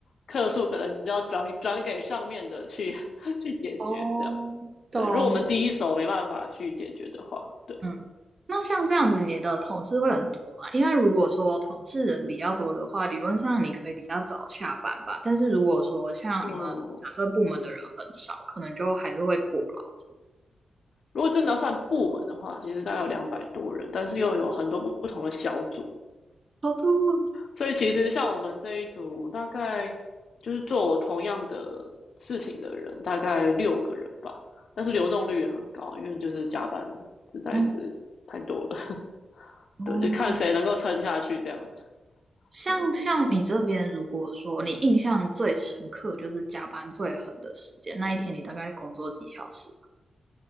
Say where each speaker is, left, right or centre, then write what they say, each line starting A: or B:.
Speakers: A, on the left; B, on the right.
A: 客诉可能就要转转给上面的去去解决，
B: 哦，
A: 这样
B: 懂。
A: 对。如果我们第一手没办法去解决的话，对，
B: 嗯，那像这样子，你的同事会很多嘛？因为如果说同事人比较多的话，理论上你可以比较早下班吧。但是如果说像你们假设部门的人很少，
A: 嗯。
B: 可能就还是会过劳。
A: 如果真的要算部门的话，其实大概有两百多人，但是又有很多不同的小组，
B: 哦，这么
A: 所以其实像我们这一组，大概就是做我同样的事情的人，大概六个人吧。但是流动率也很高，因为就是加班实在是太多了。
B: 嗯，哦，
A: 对，就看谁能够撑下去这样子。
B: 像像你这边，
A: 对，
B: 如果说你印象最深刻就是加班最狠的时间，那一天你大概工作几小时？